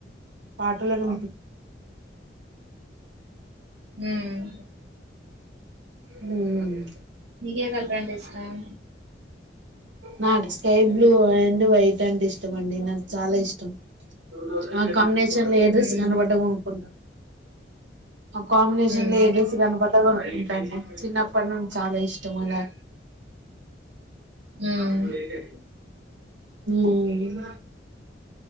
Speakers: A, on the right; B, on the right.
A: పాటలను
B: ఉమ్..
A: ఉ... మ్
B: మీకేకలర్ అంటే ఇష్టం
A: నాకు స్కైబ్లూ అండ్ వైట్ అంటే ఇష్టమండి నాకు చాలా ఇష్టం ఆ కాంబినేషన్ల ఏడ్రెస్
B: మ్మ్
A: కనబడ్డ కొనుకుంటాం ఆ కాంబినేషన్ల
B: మ్మ్
A: ఏడ్రెస్ కనబడ్డ కొనుకుంటాం చిన్నప్పటి నుంచ్ చాలా ఇష్టం అలా
B: మ్మ్
A: మాకువేటేన్సి ఉమ్